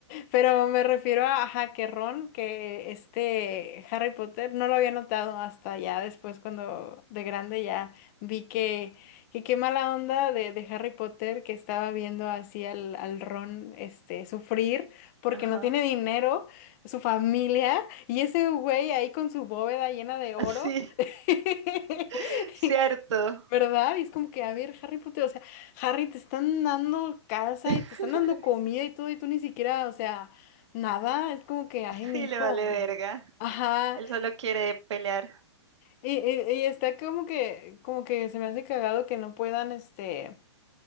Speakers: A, on the left; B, on the right.
A: Pero me refiero a, ajá, que Ron, que este Harry Potter, no lo había notado hasta ya después cuando de grande ya vi que, que qué mala onda de, de Harry Potter que estaba viendo así al, al Ron este, sufrir porque
B: Ajá.
A: no tiene dinero, su familia, y ese güey ahí con su bóveda llena de oro.
B: Sí,
A: <laughs>
B: <laughs> cierto.
A: ¿Verdad? Y es como que, a ver, Harry Potter, o sea, Harry, te están dando casa
B: <laughs>
A: y te están dando comida y todo, y tú ni siquiera, o sea, nada, es como que, ay, mi
B: Sí,
A: hijo.
B: le vale verga.
A: Ajá,
B: Él solo quiere pelear.
A: y, y- y está como que, como que se me hace cagado que no puedan, este,